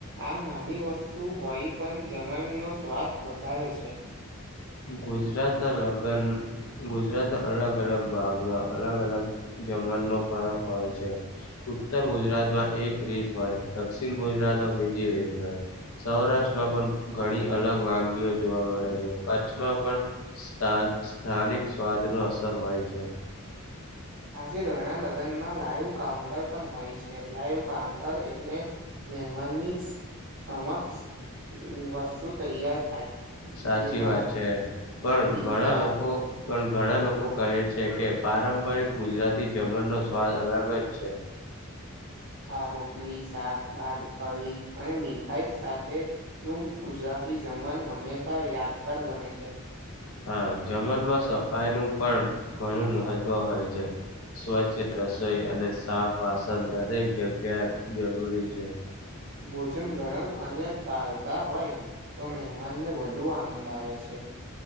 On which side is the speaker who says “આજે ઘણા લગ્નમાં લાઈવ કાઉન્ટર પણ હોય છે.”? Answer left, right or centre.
Right